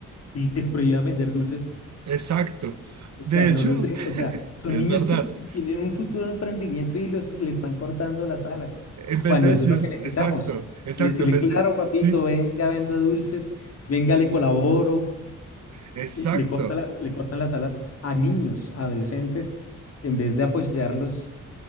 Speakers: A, on the left; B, on the right.
A: y les prohibían vender dulces
B: exacto.
A: o
B: De
A: sea, no
B: hecho,
A: los de, o
B: <laughs>
A: sea, son
B: es
A: niños
B: verdad.
A: que tienen un futuro de emprendimiento y los, le están cortando las alas,
B: En
A: cuando
B: vez de decir,
A: eso es lo que necesitamos.
B: exacto, exacto,
A: Y Decirle,
B: en vez
A: claro,
B: de, sí,
A: papito, venga, venda dulces, venga, le colaboro,
B: exacto.
A: y le corta las, le cortan las alas a niños, a adolescentes, en vez de apoyarlos,